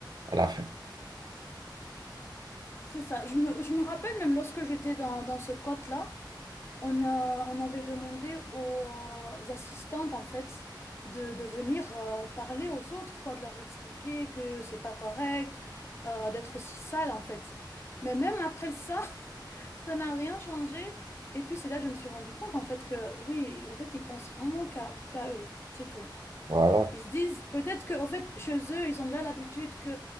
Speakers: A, on the right; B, on the left.
A: à la fin.
B: C'est ça. Je me, je me rappelle même lorsque j'étais dans, dans ce code là On a, on avait demandé aux euh, assistantes en fait de, de venir euh, parler aux autres quoi, de leur expliquer que c'est pas correct euh, d'être aussi sale en fait. Mais même après ça, <laughs> ça n'a rien changé. Et puis c'est là que je me suis rendu compte en fait que oui, en fait ils pensent vraiment qu'à qu'à eux, c'est tout.
A: Voilà.
B: Ils se disent peut-être qu'au fait, chez eux, ils ont déjà l'habitude que